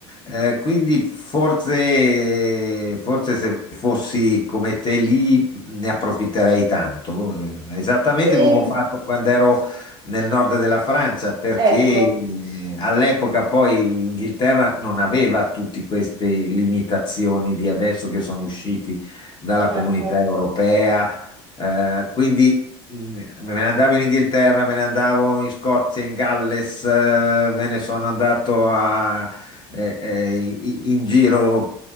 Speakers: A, on the left (about 30°); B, on the right (about 30°).
A: Eh, quindi forse, forse se fossi come te lì ne approfitterei tanto, Eh, esattamente
B: E
A: come ho fatto quando ero nel nord della Francia, perché
B: ecco,
A: eh, all'epoca poi Inghilterra non aveva tutte queste limitazioni di adesso che sono usciti dalla
B: certo.
A: comunità europea. Eh, quindi mh, me ne andavo in Inghilterra, me ne andavo in Scozia, in Galles, eh, me ne sono andato a- eh, eh, i- in giro